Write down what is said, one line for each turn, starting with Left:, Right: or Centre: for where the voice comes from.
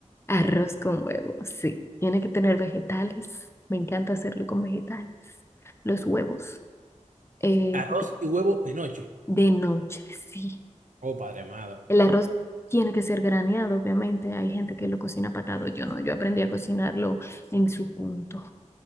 Left: Arroz con huevo, sí. Tiene que tener vegetales. Me encanta hacerlo con vegetales. Los huevos. eh,
Right: Arroz y huevo de noche.
Left: de noche, sí.
Right: Oh, padre amado,
Left: El arroz tiene que ser graneado, obviamente. Hay gente que lo cocina patado. Yo no, yo aprendí a cocinarlo en su punto.